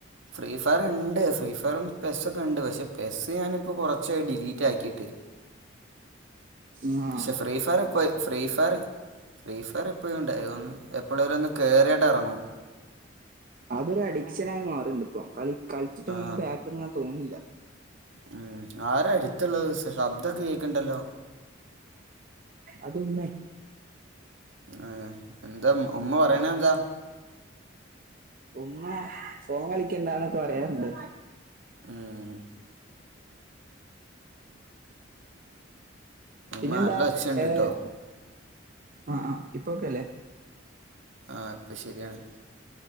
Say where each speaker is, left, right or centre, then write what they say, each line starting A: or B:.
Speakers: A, on the right; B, on the right.
A: ഫ്രീ ഫയർ ഇൺ ണ്ട് ഫ്രീ ഫയറും പെസ്സൊക്കെ ഇണ്ട് പക്ഷെ പെസ്സ് ഞാനിപ്പോ കൊറച്ചായി ഡിലീറ്റാക്കിയിട്ട്
B: ഉം ആഹ്
A: പക്ഷെ ഫ്രീ ഫയറ് ഇപ്പോ ഫ്രീ ഫയറ് ഫ്രീ ഫയറ് എപ്പഴും ഇണ്ട് <unintelligible> എപ്പളേലും ഒന്ന് കെറിയിട്ട് എറങ്ങും
B: അതൊരു അഡിക്ഷനായി മാറ്ണ്ട്പ്പോ കളി കളിച്ചിട്ട്
A: ആ
B: ഇങ്ങനെ ബാക്ക് ഇങ്ങനെ തോന്നില്ല
A: ഉം ആരാ അട്ത്ത്‌ള്ളത് സ ശബ്ദൊക്കെ കേക്ക്ണ്ടല്ലോ
B: അതുമ്മേ
A: ഏഹ് എന്താ ഉ ഉമ്മ പറയണ എന്താ?
B: ഉമ്മ ഫോൺ കളിക്കണ്ടാന്നൊക്കെ പറയാറ്ണ്ട്
A: ഉം ഉമ്മ
B: പിന്നെന്താ
A: നല്ല ഒച്ചയുണ്ട്
B: ഏഹ്
A: കേട്ടോ
B: ആഹ് ആഹ് ഇപ്പൊ ഒക്കെയല്ലേ
A: ആഹ് ഇപ്പ ശരിയാണ്